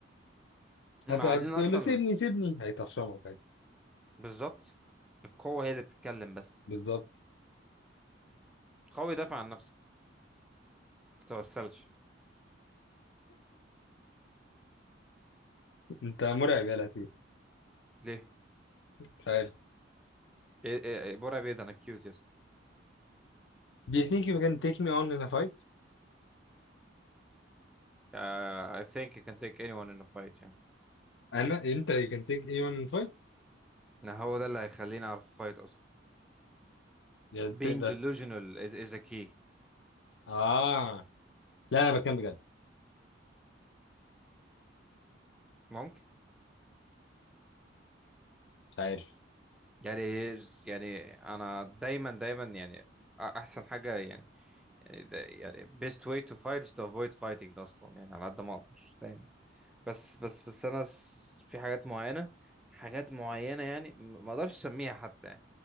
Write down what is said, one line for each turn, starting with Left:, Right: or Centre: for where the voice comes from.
Centre: مع
Left: هت- هتقول
Centre: ان اصلا
Left: له سيبني سيبني هيطرشمك عادي
Centre: بالظبط القوة هي اللي بتتكلم بس
Left: بالظبط
Centre: قوي دافع عن نفسك ما تتوسلش
Left: انت مرعب يا لطيف
Centre: ليه
Left: مش عارف
Centre: ايه ايه ايه برا بيض انا كيوت يس
Left: Do you think you can take me on in a fight؟
Centre: uh, I think you can take anyone in a fight يعني
Left: انا انت you can take me on in a fight؟
Centre: لا هو ده اللي هيخليني اعرف fight اصلا
Left: يعني
Centre: being
Left: تقدر
Centre: delusional
Left: ت-
Centre: is, is a key
Left: اه لا انا بتكلم بجد
Centre: ممكن
Left: مش عارف
Centre: يعني يعني انا دايما دايما يعني احسن حاجه يعني يعني ده يعني best way to fight is to avoid fighting اصلا يعني على قد ما اقدر دايما بس بس بس انا س- في حاجات معينه حاجات معينه يعني م- ما اقدرش اسميها حتى يعني.